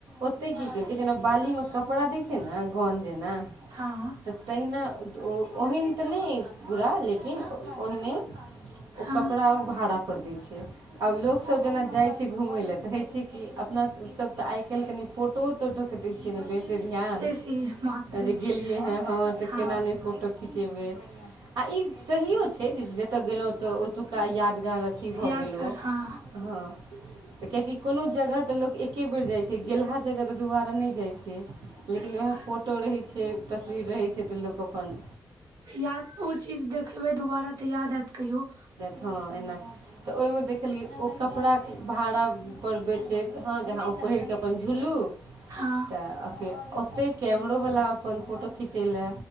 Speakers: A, on the right (about 85°); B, on the right (about 55°).
A: ओतय की केलकै जेना बाली में! कपड़ा दैय छै ने गन जेना
B: हँ!
A: तऽ तहिना ओ ओहेन तऽ नहि पूरा लेकिन ओहिने
B: हँ
A: कपड़ा ओ भाड़ा पर दै छै आब लोकसब जेना जाइत छै घूमय लेल तऽ होइत छै कि अपनासभ तऽ आइ काल्हि कनि फोटो फोटो के दै छियै ने बेसी ध्यान
B: बेसी महत्व दै
A: जे गेलियै
B: छियै
A: हे ह त
B: हँ
A: केना नहि फोटो खिचेबै आ ई सहियो छै जे जतय गेलहुंत ओतुका यादगार अथी भऽ
B: यादगार
A: गेल ओ
B: हँ
A: हँ! तॅं कियाकि कोनो जगह तॅं लोक एके बेर जाइत छै गेलहा जगह तॅं दुबारा नहि जाइत छै
B: सही
A: लेकिन उएह
B: बात
A: फोटो रहैत छै तस्वीर रहैत छै तऽ लोक अपन
B: याद ओ चीज देखबै दुबारा तऽ याद एत कहियो
A: हां एना तऽ ओइमे देखलियै ओ कपड़ा के भाड़ा पर बेचैत हँ जहाँ ओ पहिरकेऽ अपन झुलू
B: हँ!
A: आ फेर ओतहि कैमरोवला अपन फोटो खिचै लए